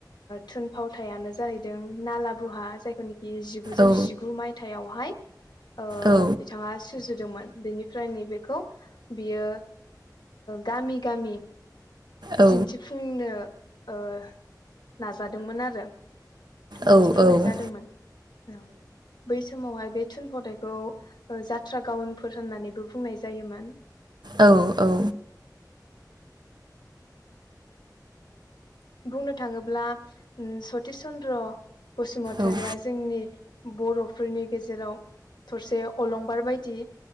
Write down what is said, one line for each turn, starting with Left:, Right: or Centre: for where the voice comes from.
Left: थुनफावथायानो जाहैदों नाला बुहा जायखौनि बे जिगुजौ
Right: औ
Left: जिगु मायथाइयाव <unintelligible> ओ
Right: औ
Left: बिथांङा सुजुदोंमोन बेनिफ्राय नैबेखौ बियो गामि गामि
Right: औ
Left: दिन्थिफुंनो ओ नाजादोंमोन आरो दिन्थिफुंनाय
Right: औ औ
Left: जादोंमोन ओं बै समावहाय बे थुनफावथायखौ जा थ्रागाउनफोर होननानैबो बुंनाय जायोमोन।
Right: औ-औ
Left: बुंनो थांङोब्ला सतिस चन्द्र बसुमतारिया
Right: औ
Left: जोंनि बर'फोरनि गेजेराव थरसे अलंबार बायदि।